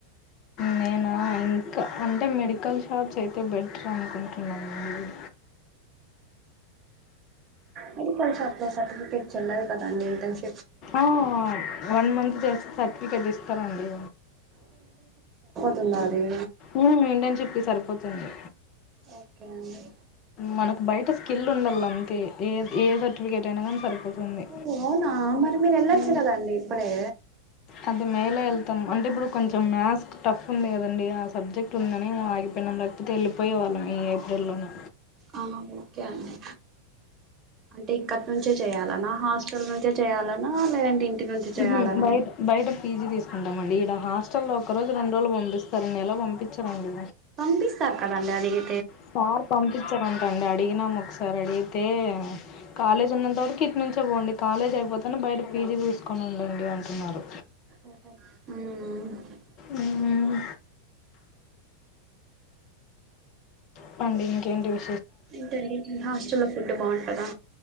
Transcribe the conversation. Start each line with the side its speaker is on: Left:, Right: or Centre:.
Left: నేనా ఇంకా అంటే మెడికల్ షాప్స్ అయితే బెటర్ అనుకుంటున్నానండి
Right: మెడికల్ షాప్ లో సర్టిఫికెట్ చెల్లదు కదండి ఇంటర్న్స్
Left: ఆ వన్ మంత్ చేస్తే సర్టిఫికెట్ ఇస్తారండి
Right: తుల్లారి
Left: ఊ ఇంటర్న్షిప్ ది సరిపోతుంది
Right: ఓకే అండి
Left: మనకు బయట స్కిల్ ఉండాల అంతే ఏ ఏ సర్టిఫికెట్ అయినా కానీ సరిపోతుంది
Right: ఓ అవునా మరి మీరు వెళ్ళొచ్చు
Left: ఊ
Right: కదండి ఇప్పుడే
Left: అంటే మే లే ఎళ్తాం అంటే ఇప్పుడు కొంచెం మ్యాథ్స్ టఫ్ ఉంది కదండి ఆ సబ్జెక్ట్ ఉందని ఆగిపోయినాం లేకపోతే వెళ్ళిపోయే వాళ్ళం ఈ ఏప్రెల్లోనే
Right: ఆ ఓకే అండి అంటే ఇక్కడి నుంచే చేయాలనా హాస్టల్ నుంచే చేయాలనా లేదంటే నుంచి చేయాలనా
Left: ఊహూ బయట బయట పీ‌జీ తీసుకుని డమండి ఈడ హాస్టల్లో లో ఒక రోజు రెండు రోజులు పంపిస్తారు నెల పంపించ్చరండి
Right: పంపిస్తారు కదండి అడిగి
Left: సార్ పంపిచ్చరన్ వండి అడిగినాం ఒక్కసారి అడిగి తే కాలేజ్ ఉన్నంత వరకి ఇట్నుంచ్ తేవోండి కాలేజ్ అయిపోతేనే బయట పీజీ తీసుకొని ఉండండి అంటున్నారు
Right: ఊ
Left: మ్మ్. ప్పండి ఇంకేంటి వి
Right: ఏంటండి మీ హాస్టల్లో లో ఫుడ్ బాగుంటదా